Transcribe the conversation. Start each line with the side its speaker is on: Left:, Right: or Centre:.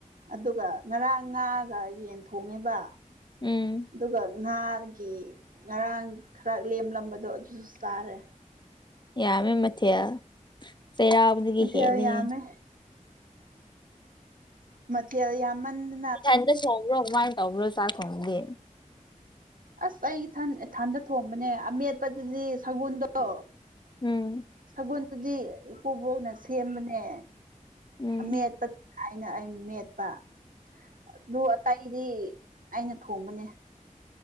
Right: ꯑꯗꯨꯒ ꯉꯔꯥꯡ ꯉꯥꯒ ꯌꯦꯟ ꯊꯣꯡꯉꯦꯕ
Left: ꯎꯝ
Right: ꯑꯗꯨꯒ ꯉꯥꯒꯤ ꯉꯔꯥꯡ ꯈꯔ ꯂꯦꯝꯂꯝꯕꯗꯣ ꯑꯗꯨꯁꯨ ꯆꯥꯔꯦ
Left: ꯌꯥꯝꯃꯦ ꯃꯊꯦꯜ ꯆꯩꯔꯥꯎꯕꯗꯒꯤ
Right: ꯃꯊꯦꯜ
Left: ꯍꯦꯜꯂꯦꯍꯦ
Right: ꯌꯥꯝꯃꯦ ꯃꯊꯦꯜ ꯌꯥꯝꯃꯟꯗ
Left: ꯏꯊꯟꯗ ꯊ‌ꯣꯡꯕ꯭ꯔ‌ꯣ ꯀꯃꯥꯏ ꯇꯧꯕ꯭ꯔꯣ ꯆꯥꯛ ꯊꯣꯡꯕꯗꯤ
Right: ꯑꯁ ꯑꯩ ꯏꯊꯟ ꯏꯊꯟꯗ ꯊꯣꯡꯕꯅꯦ ꯑꯃꯦꯠꯄꯗꯨꯗꯤ ꯁꯒꯣꯜꯗꯣ
Left: ꯎꯝ
Right: ꯁꯒꯣꯟꯗꯨꯗꯤ ꯏꯀꯨꯕꯣꯛꯅ ꯁꯦꯝꯕꯅꯦ
Left: ꯎꯝ
Right: ꯑꯃꯦꯠꯄ ꯗꯥꯏꯅ ꯑꯩꯅ ꯃꯦꯠꯄ ꯑꯗꯨ ꯑꯇꯥꯏ ꯒꯤꯗꯤ ꯑꯩꯅ ꯊꯣꯡꯕꯅꯦ